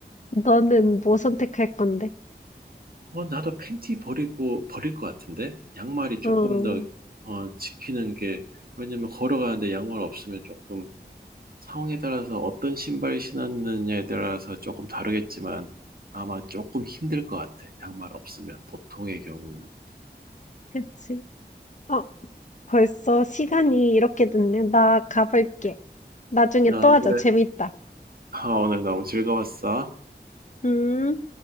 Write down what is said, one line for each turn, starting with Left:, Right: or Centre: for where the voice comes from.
Left: 너는 뭐 선택할 건데?
Right: 어, 나도 팬티 버리고, 버릴 것 같은데? 양말이 조금
Left: 어,
Right: 더, 어, 지키는 게, 왜냐면 걸어가는데 양말 없으면 조금 상황에 따라서 어떤 신발 신었느냐에 따라서 조금 다르겠지만 아마 조금 힘들 것 같아. 양말 없으면, 보통의 경우는.
Left: 그치. 어, 벌써 시간이 이렇게 됐네. 나 가볼게. 나중에
Right: 아,
Left: 또 하자.
Right: 그래.
Left: 재밌다.
Right: 아, 오늘 너무 즐거웠어.
Left: 음.